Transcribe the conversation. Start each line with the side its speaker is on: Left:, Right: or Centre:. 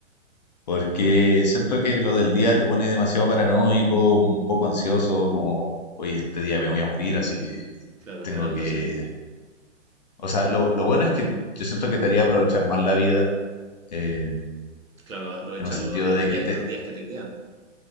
Left: porque siento que lo del día te pone demasiado paranoico, un poco ansioso, como, oye, este día me voy a morir, así que
Right: Claro, esperando
Left: tengo que...
Right: ese día.
Left: O sea, lo, lo bueno es que yo siento que te haría aprovechar más la vida, eh,
Right: Ujú. Claro, aprovechar
Left: en un sentido
Right: lo- los
Left: de
Right: días,
Left: que te...
Right: los días que te quedan.